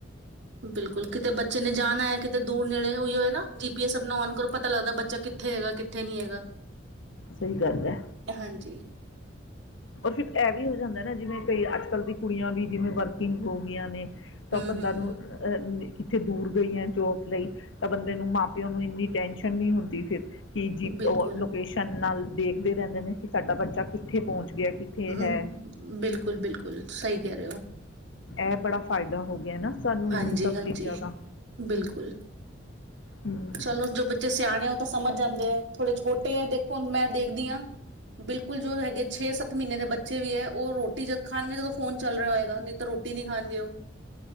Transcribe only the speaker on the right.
ਬਿਲਕੁਲ। ਬਿਲਕੁਲ ਕਿਤੇ ਬੱਚੇ ਨੇ ਜਾਣਾ ਹੈ। ਕਿਤੇ ਦੂਰ ਨੇੜੇ ਹੋਈ ਹੋ ਨਾ ਜੀ ਪੀ ਐਸ ਆਪਣਾ ਔਨ ਕਰੋ ਪਤਾ ਲੱਗਦਾ ਬੱਚਾ ਕਿੱਥੇ ਹੈਗਾ, ਕਿੱਥੇ ਨੀ ਹੈਗਾ,
ਹਾਂਜੀ।
ਹਮ
ਹਮ
ਬਿਲਕੁਲ
ਹਮ
ਬਿਲਕੁਲ- ਬਿਲਕੁਲ ਸਹੀ ਕਹਿ ਰਹੇ ਹੋ।
ਹਾਂਜੀ
ਹਾਂਜੀ,
ਬਿਲਕੁਲ,
ਚਲੋ ਜੋ ਬੱਚੇ ਸਿਆਣੇ ਆ ਉਹ ਤਾਂ ਸਮਝ ਜਾਂਦੇ ਆ ਥੋੜੇ ਛੋਟੇ ਹੈ ਦੇਖੋ ਮੈਂ ਦੇਖਦੀ ਹਾਂ, ਬਿਲਕੁਲ ਜੋ ਹੈਗੇ ਛੇ -ਸੱਤ ਮਹੀਨੇ ਦੇ ਬੱਚੇ ਵੀ ਹੈ। ਉਹ ਰੋਟੀ ਜਦ ਖਾਣਗੇ ਜਦੋ ਫੋਨ ਚੱਲ ਰਿਹਾ ਹੋਏਗਾ ਨਹੀਂ ਤਾਂ ਰੋਟੀ ਨੀ ਖਾਣਗੇ ਔਹ।